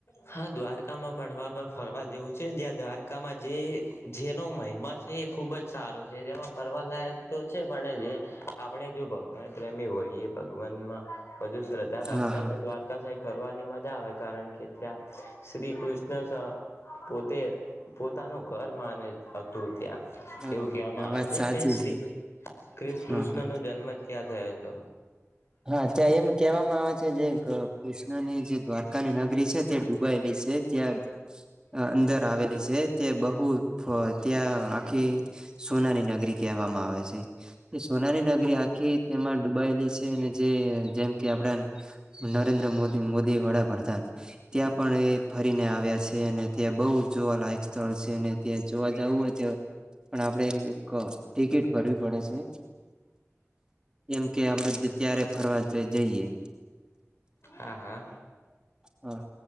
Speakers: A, on the left; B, on the right.
A: હા દ્વારકામાં ફરવા ફરવા જેવું છે જ્યાં દ્વારકામાં જે જેનો મહિમા છે એ ખૂબ જ સારો છે જેમાં ફરવાલાયક તો છે પણ જે આપણે જો ભગવાન પ્રેમી હોઈએ ભગવાનમાં. વધધુ શ્રદ્ધા રાખતા
B: હા હા
A: તો દ્વારકા સાહીઠ ફરવાની. મજા આવે કારણ કે ત્યાં શ્રી કૃષ્ણ. પોતે. પોતાનું ઘર માને હતું ત્યાં.
B: બરોબર
A: એવું કહેવામાં આવે
B: વાત
A: છે
B: સાચી
A: કે શ્રી
B: છે
A: ક કૃષ્ણ
B: હા હા
A: નો જન્મ ત્યાં થયો હતો.
B: હા ત્યાં એમ કહેવામાં આવે છે જે. કૃષ્ણની જે દ્વારકાની નગરી છે તે ડૂબાયેલી છે ત્યાં અંદર આવેલી છે તે બહુ ત્યાં. કે સોનાની નગરી કહેવામાં આવે છે સોનાની નગરી આખી તેમાં. દુબઈ લઈ. અને જે જેમ કે આપડા નરેન્દ્ર મોદી મોદી. <inaudible> <inaudible> ત્યાં પણ એ ફરીને આવ્યા છે અને. ત્યાં બહુ જોવાલાયક સ્થળ છે અને ત્યાં જોવા જાવુ હોય ત્યાં પણ આપણેે એક ટિકિટ ભરવી પડે છે જેમ કે આપણેે ત્યારે ફરવા જઈએ.
A: હા હા
B: હા.